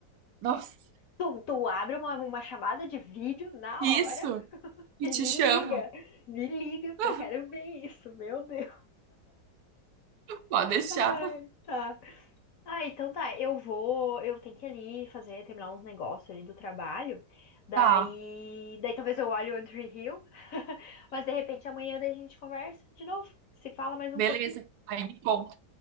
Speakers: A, on the right; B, on the left.
A: Nossa,
B: Tu, tu abre uma, uma chamada de vídeo na
A: Isso.
B: hora
A: E
B: E
A: te
B: me
A: chamo.
B: liga, me liga, porque
A: <laughs>
B: eu quero ver isso, meu Deus.
A: Pode deixar.
B: Ai, tá. Ah, então tá, eu vou, eu tenho que ir ali fazer, terminar uns negócios ali do trabalho. Daí,
A: tá,
B: daí talvez eu olhe o Andrew Hill, <laughs> mas de repente amanhã daí a gente conversa de novo, se fala mais
A: beleza.
B: um pouquinho.
A: Aí me conta,